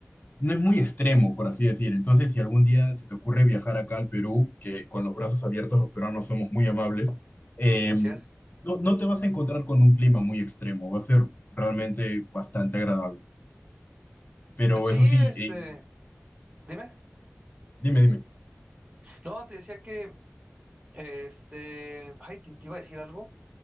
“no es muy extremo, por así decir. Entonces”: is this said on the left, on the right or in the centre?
Left